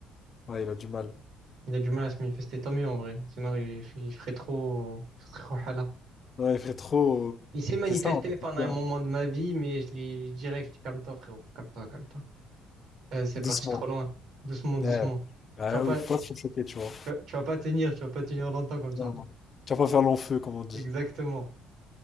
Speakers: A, on the left; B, on the right.
A: Ouais, il a du mal.
B: Il a du mal à se manifester, tant mieux en vrai. Sinon, il, f- il ferait trop, il ferait trop hala.
A: Non, il fait trop.
B: Il s'est manifesté
A: C'est ça, en fait,
B: pendant
A: le terme.
B: un moment de ma vie, mais je lui dirais que je dis, calme-toi, frérot. Calme-toi, calme-toi. Euh, c'est
A: Doucement.
B: parti trop loin. Doucement, doucement.
A: Ouais. Ah
B: Tu vas pas,
A: oui, faut pas trop choquer, tu vois.
B: tu vas, tu vas pas tenir, tu vas pas tenir longtemps comme ça.
A: Non, non. Tu vas pas faire long feu, comme on dit.
B: Exactement.